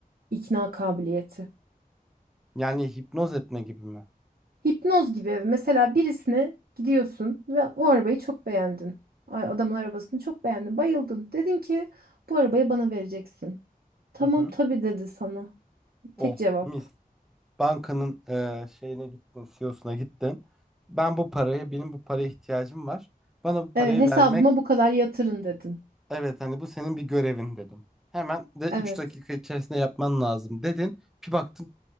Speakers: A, on the right; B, in the centre.
A: İkna kabiliyeti.
B: Yani hipnoz etme gibi mi?
A: Hipnoz gibi mesela birisine gidiyorsun ve o arabayı çok beğendin. Ay, Adamın arabasını çok beğendin, bayıldın. Dedin ki bu arabayı bana vereceksin. Tamam
B: Hı hı.
A: tabii dedi sana.
B: Oh
A: Tek cevap.
B: mis. Bankanın e, şeyine gittin, CEO'suna gittin. Ben bu parayı, benim bu paraya ihtiyacım var. Bana bu parayı
A: Evet hesabıma
B: vermek
A: bu kadar yatırın dedin.
B: Evet hani bu senin bir görevin dedim. Hemen de üç
A: Evet
B: dakika içerisinde yapman lazım dedin. Bir baktın